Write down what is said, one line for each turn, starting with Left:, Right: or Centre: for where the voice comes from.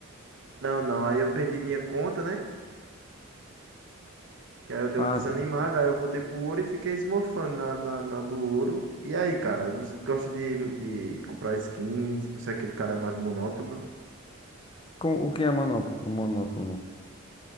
Right: Não, não. Aí eu perdi minha conta, né? Que aí eu dei
Left: Ah,
Right: uma desanimada,
Left: tô
Right: aí eu voltei pro ouro e fiquei esmorfando na, na, na do ouro. E aí, cara, você gosta de, de comprar skins? Você é aquele cara mais monótono?
Left: Com- o que é monó- monótono?